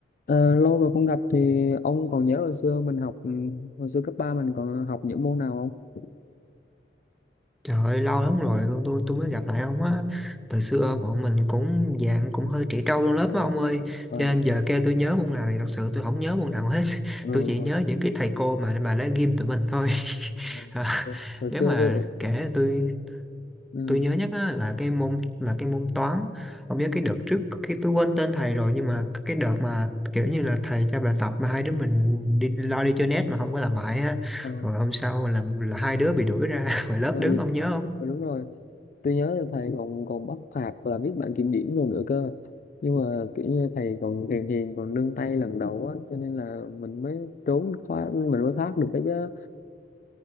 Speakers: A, on the left; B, in the centre.
A: Ờ, lâu rồi không gặp thì ông còn nhớ hồi xưa mình học ừ, hồi xưa cấp 3 mình còn học những môn nào không?
B: Trời ơi, lâu lắm rồi tôi tôi tôi mới gặp lại ông á. Từ xưa bọn mình cũng dạng cũng hơi trẻ trâu trong lớp á ông ơi.
A: Ờ,
B: Cho nên giờ kêu tôi nhớ môn nào thì thật sự tôi không nhớ môn nào hết. <laughs>
A: ừ,
B: Tôi chỉ
A: hồi,
B: nhớ những cái thầy cô mà mà đã ghim tụi mình thôi. <laughs>
A: hồi
B: À,
A: hồi
B: nếu
A: xưa
B: mà
A: tôi
B: kể tôi
A: Ừ,
B: tôi nhớ nhất á, là cái môn là cái môn toán. Ông nhớ cái đợt trước cái tôi quên tên thầy rồi nhưng mà cái đợt mà kiểu như là thầy cho bài tập mà hai đứa mình đi lo đi chơi net mà không có làm bài á.
A: ờ,
B: Rồi hôm sau là là hai đứa bị đuổi ra <laughs> khỏi lớp
A: ừ
B: đứng ông nhớ không?
A: đúng rồi, đúng rồi. Tôi nhớ là thầy còn còn bắt phạt và viết bảng kiểm điểm rồi nữa cơ. Nhưng mà kiểu như thầy còn hiền hiền còn nương tay lần đầu á cho nên là mình mới trốn khóa mình mới thoát được cái chứ.